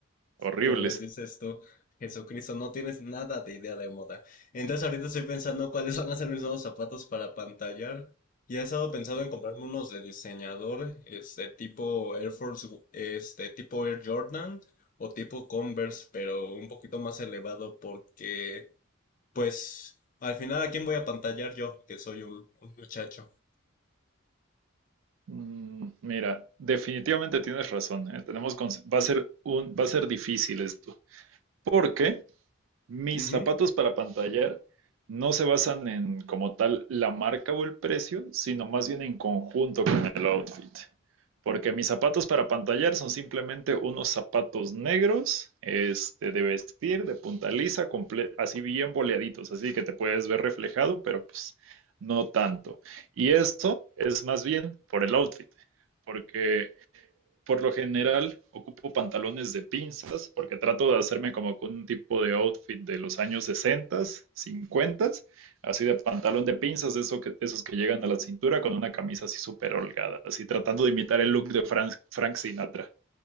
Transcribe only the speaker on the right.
horribles.
Mm, Mira, definitivamente tienes razón, ¿eh? Tenemos cons- va a ser un, va a ser difícil esto, porque mis
zapatos para pantallar no se basan en como tal la marca o el precio, sino más bien en conjunto con el outfit. Porque mis zapatos para pantallar son simplemente unos zapatos negros, este, de vestir, de punta lisa, comple- así bien boleaditos, así que te puedes ver reflejado, pero pues no tanto. Y esto es más bien por el outfit, porque por lo general ocupo pantalones de pinzas porque trato de hacerme como que un tipo de outfit de los años 60, 50, así de pantalón de pinzas, de eso que, de esos que llegan a la cintura con una camisa así súper holgada, así tratando de imitar el look de Frank, Frank Sinatra.